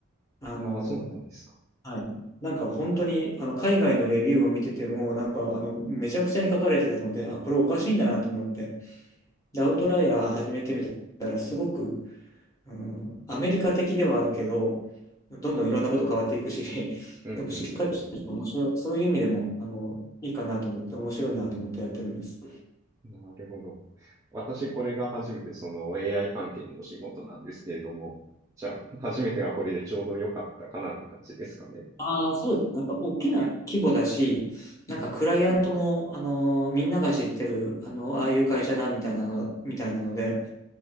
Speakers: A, on the left (about 15°); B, on the right (about 15°).
A: あの、
B: うん。ああ、そうだったんですか。
A: はい。なんか本当に、あの、海外のレビューを見てても、なんか、あの、めちゃくちゃに書かれてたので、あ、これおかしいんだなと思って、で、アウトライヤー始めてみたら、すごく、うん、アメリカ的ではあるけど、どんどんいろんなこと変わっていくし、<laughs>
B: うんうんうん
A: でもしっかりしてると面白い、そういう意味でも、あの、いいかなと思って、面白いなと思ってやってるんです。
B: うん。なるほど。私、これが初めて、その AI 関係のお仕事なんですけれども、じゃあ、初めてがこれでちょうど良かったかなって感じですかね。
A: ああ、そうです。なんか大きな規模だし、なんかクライアントも、
B: うん
A: あの、みんなが知ってる、あの、ああいう会社だみたいなの、みたいなので、